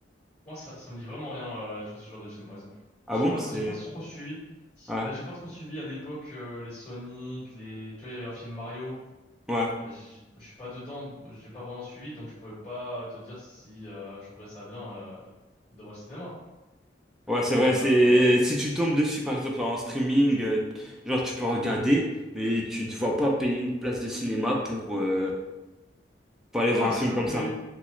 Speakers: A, on the left; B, in the centre.
A: Moi, ça, ça me dit vraiment rien, euh, tu vois, ce genre de film, par exemple.
B: Ah
A: J'ai
B: bon?
A: pas,
B: C'est...
A: j'ai pas trop suivi.
B: ouais.
A: Bah, j'ai pas trop suivi à l'époque euh, les Sonic, les. Tu vois, il y avait un film Mario.
B: Ouais,
A: Bah, j'- je suis pas dedans, moi, j'ai pas vraiment suivi, donc je pouvais pas te dire si euh, je trouverais ça bien euh, de voir le cinéma.
B: ouais,
A: Mais
B: c'est vrai,
A: euh,
B: c'est si tu tombes dessus par exemple en streaming, euh, genre tu peux regarder, mais tu te vois pas payer une place de cinéma pour, euh, pour aller
A: ouais,
B: voir un
A: c'est
B: film
A: ça.
B: comme
A: Puis,
B: ça.